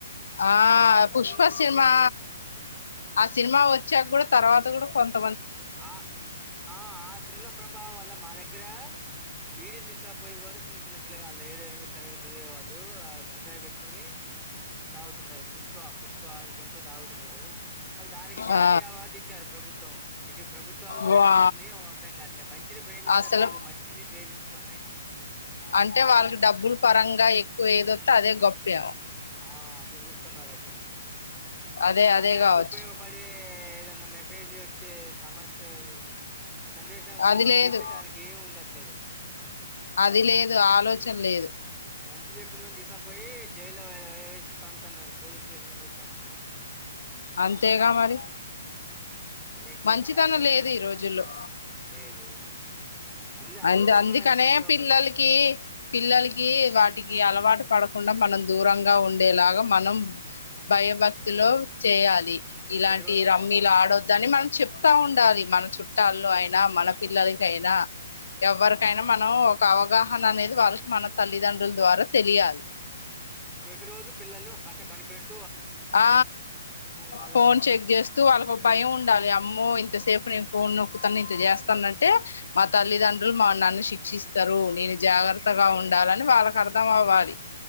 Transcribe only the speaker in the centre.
అలాంటి
సినిమాలు
తీశారు
ఆ ఆ ఆ సినిమా ప్రభావం వల్ల మా దగ్గర బీడిలు తీసుకురాకపోయేకీ కూడా చిన్న చిన్న పిల్ల గాళ్ళు ఏడు ఎనిమిది తరగతి చదివేవాళ్ళు ఆ గంజాయి పెట్టుకొని తాగుతున్నారు పుష్ప పుష్ప అనుకుంటా తాగుతున్నారు మళ్ళా దానికి జాతీయ
అవార్డు ఇచ్చారు ప్రభుత్వం ఇటు ప్రభుత్వాలు కూడా
ఎటుపోతున్నాయో ఎమో అర్దం కావట్లే మంచిని ప్రేమించట్లేదు
మంచిని ద్వేషిస్తున్నాయి
మంచి
ఆ అట్లా చూస్తున్నారు అట్టుంది మరి
సమాజానికి
ఉపయోగపడే ఏదన్నా మెసేజ్ వచ్చె సమస్య ఏది సందేశాల సినిమాలు
తీత్తె దానికి ఏమి ఉండట్లేదు
మంచి చెప్పినోళ్ళను తీసుకుపోయి జైల్లో పడేసు తంతాన్నారు పోలీస్ స్టేషన్ లో పెట్టి చంపతాన్నరు
అదే ఇప్పుడు
సమాజంలో
లేదు అన్ని అమ్ములు
పోతున్నారు
ప్రతి ఒక్కళ్ళు
ప్రతి రోజు
ప్రతి రోజు పిల్లల్ని ఒక కంటా కనిపెడు
వాళ్ళ